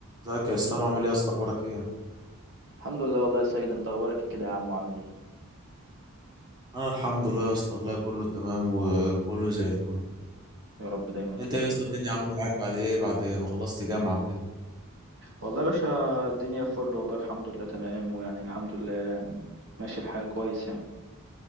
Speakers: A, on the right; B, on the right.
A: ازيك يا اسلام عامل ايه يا اسطى اخبارك ايه
B: الحمد لله والله يا ساجد انت اخبارك كده يا عم وعامل ايه
A: انا الحمد لله يا اسطى والله كله تمام وكله زي الفل
B: يا رب دايما
A: انت
B: كده
A: ايه
B: يا صديقي
A: يا اسطى الدنيا عامله معاك بعد ايه بعد ما خلصت جامعه وكده
B: والله يا باشا الدنيا فل والله الحمد لله تمام ويعني الحمد لله يعني ماشي الحال كويس يعني